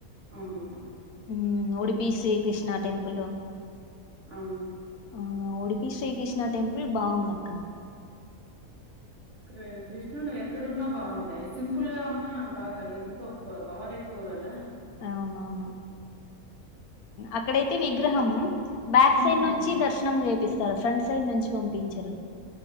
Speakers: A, on the right (about 55°); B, on the left (about 85°).
A: అవునవును
B: హు మ్ ఉడిపి శ్రీ కృష్ణ టెంపుల్
A: అ
B: ఆ ఉడిపి శ్రీకృష్ణ టెంపుల్ బాఉంది అక్క
A: కిర్ కృష్ణునుడు ఎక్కడున్నా బాగుంటాయ్ సింపుల్ గా ఉన్నా బాగా ఎందుకో ప పవర్ ఎక్కువ కదా
B: అవునవును అక్కడైతే విగ్రహం బ్యాక్
A: ఉమ్
B: సైడ్ నుంచి దర్శనం చేపిస్తారు ఫ్రంట్ సైడ్ నుంచి పంపించరు